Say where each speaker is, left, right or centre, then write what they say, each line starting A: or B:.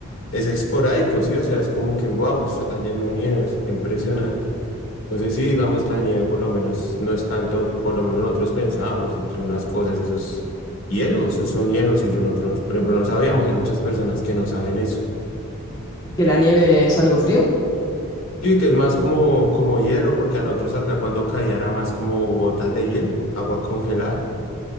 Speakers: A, on the left (about 65°); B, on the left (about 20°).
A: es esporádico, ¿sí? O sea, es como que, wow, está cayendo nieve, es impresionante. Entonces, sí, digamos, la nieve por lo menos no es tanto, por lo menos nosotros pensábamos entre unas cosas, esos hielos, esos son hielos y yo nosotros, por ejemplo, no sabíamos, hay muchas personas que no saben eso.
B: Que la nieve es algo frío,
A: Sí, que es más como, como hielo, porque a nosotros acá cuando caía era más como gotas de hielo, agua congelada.